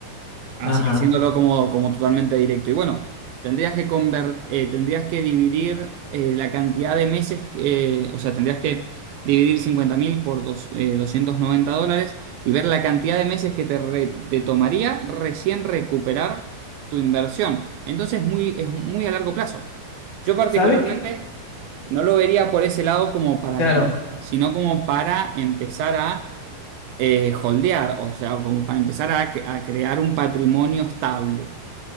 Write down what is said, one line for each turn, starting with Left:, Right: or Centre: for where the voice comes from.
Right: Así
Left: Ajá.
Right: que siéndolo como, como totalmente directo. Y bueno, tendrías que convert- eh, tendrías que dividir eh, la cantidad de meses que, o sea, tendrías que dividir 50.000 por dos- eh, 290 dólares y ver la cantidad de meses que te, re- te tomaría recién recuperar tu inversión. Entonces muy, es muy a largo plazo. Yo particularmente
Left: ¿Sabes qué?
Right: no lo vería por ese lado como para
Left: Claro,
Right: ganar, sino como para empezar a eh, holdear, o sea, como para empezar a, cre- a crear un patrimonio estable.